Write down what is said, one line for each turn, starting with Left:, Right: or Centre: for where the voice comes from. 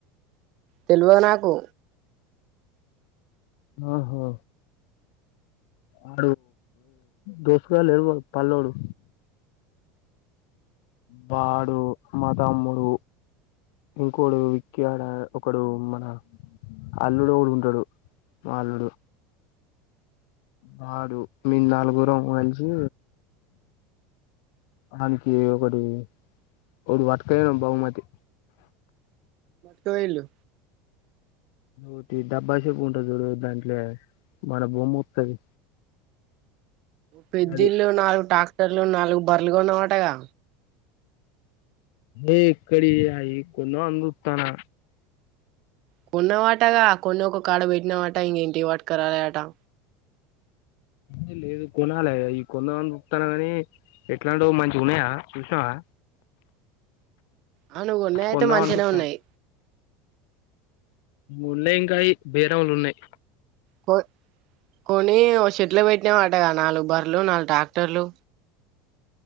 Right: తెలివ నాకు
Left: ఆఓహో ఆ దోసుగా లేరు పల్ల్లోడు ప్రపడుమాతమ్ముడు ఇంకోడు విక్క్యాడ ఒకడు మన అల్లుడు ఉంటాడు మా అల్లుడు బాడు మీ నాలుగురు అవ కలిసి ఆనికి ఒకటి ఒకడు వట్కాయబహుమతి
Right: తుయిలు
Left: అటి డబ్బాసేపు ఉంటుంది చూడు దాంట్లో మన బొమ్మ వత్తది
Right: పెద్దిళ్ళు
Left: అది
Right: నాలుగు ట్రాక్టర్లు నాలుగు బర్రలుగాన్నవు అటగా
Left: ఏక్కడి అయి కొందాం అని చుతానా
Right: కొన్నవాటగా కొన్ని ఒక కాడ పెట్టినవాట ఇంకా ఇంటికి పట్టాక రాలేద్ అట
Left: అ లేదు కొనాలి ఈ కొందమని చప్తాను కాని ఎట్లాంట మంచి ఉన్నాయా చూసినావా
Right: ఆ నువ్వు కొన్నాయి అయితే
Left: కొందామని
Right: మంచిగానే
Left: చూత్తన్న
Right: ఉన్నాయి
Left: ఉన్నాయి ఇంకాయ బేరములు ఉన్నాయి
Right: హ కొని ఓ షెట్లో పెట్టినా వాటగా నాలుగు బర్లు నాలుగు ట్రాక్టర్లు